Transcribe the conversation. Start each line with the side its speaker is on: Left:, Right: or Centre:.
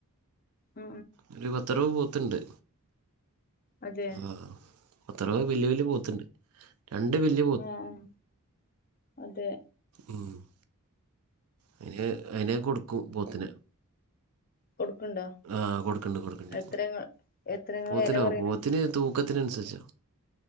Left: ആ
Right: ഒര് പത്ത് അറുപത് പോത്ണ്ട്
Left: അതെ
Right: ആഹ് പത്ത്‌ അറുപത് വലിയ വലിയ പോത്ണ്ട് രണ്ട് വലിയ
Left: ആഹ് അതെ
Right: ഉം അതിന് അയിനെ കൊട്ക്കും പോത്തിനെ
Left: കൊടുക്കണ്ടോ
Right: ആഹ് കൊടുക്കണ്ട് കൊടുക്കണ്ട്
Left: എത്ര എത്ര നിങ്ങള്
Right: പോത്തിനോ
Left: വില പറയണ്
Right: പോത്തിന് തൂ ക്കത്തിനനുസരിച്ചാണ്